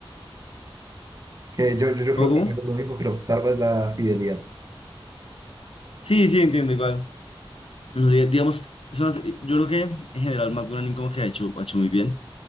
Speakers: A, on the right (about 40°); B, on the left (about 80°).
A: Que yo, yo, yo
B: ¿Cómo,
A: creo
B: cómo?
A: que a mí lo único que lo salva es la fidelidad.
B: Sí, sí, entiendo igual. Pero di- digamos, eso hace- yo creo que en general Matt Groening como que ha hecho, ha hecho muy bien.